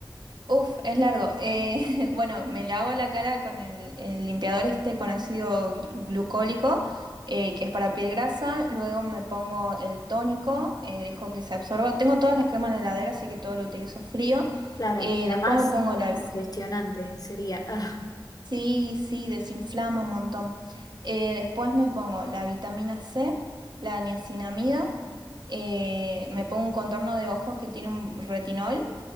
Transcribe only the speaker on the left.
Claro,
la
más
congestionante sería. <laughs>